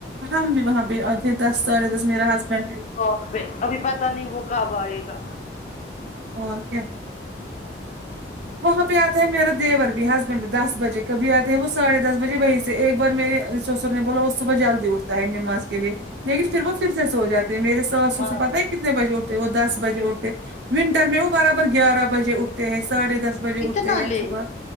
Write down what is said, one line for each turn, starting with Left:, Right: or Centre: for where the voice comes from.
Right: ہم بھی وہاں پے اتے دس ساڈھے دس میرا ہسبینڈ
Left: اوکے ابھی پتہ نہیں وہ کب آئے گا
Right: اور کیا وہاں پے آتا ہے میرا دیور بھی ہسبینڈ بھی دس بجے کبھی آتے ہے وہ ساڑھے دس بجے وہیں سے ایک بار میرے سوسر نے بولو وہ صبح جلدی اٹھتے ہے نماز کے لیے لیکن پھر وہ پھر سے سو جاتے ہیں میرے ساس سسر
Left: ہاں
Right: پتہ ہے کتنے بجے اٹھتے وہ دس بجے اٹھتے ونٹر میں وہ برابر گیارہ بجے اٹھتے ہیں ساڑھے دس بجے
Left: اتنا
Right: اٹھتے
Left: لیٹ
Right: ہیں صبح